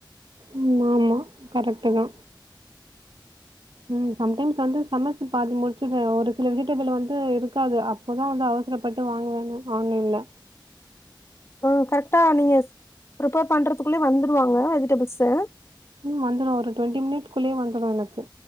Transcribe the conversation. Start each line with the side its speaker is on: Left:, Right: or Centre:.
Right: ம் ஆமா கரெக்ட்டு தா ம் சம்டைம்ஸ் வந்து சமைச்சு பாத்த முடிச்சுருவே ஒரு சில வெஜிடபிள் வந்து இருக்காது அப்போதா வந்து அவசர அவசர பட்டு வாங்குவாங்க ஆன்லைன்ல
Left: ஒ கரெக்டா நீங்க ப்ரிப்பேர் பண்றதுக்குள்ளயே வந்துடுவாங்க வெஜிடபிள்ஸ்ஸு
Right: ம் வந்துரு ஒரு டுவெண்டி மினிட்ஸ்குள்யே வந்துரு எனக்கு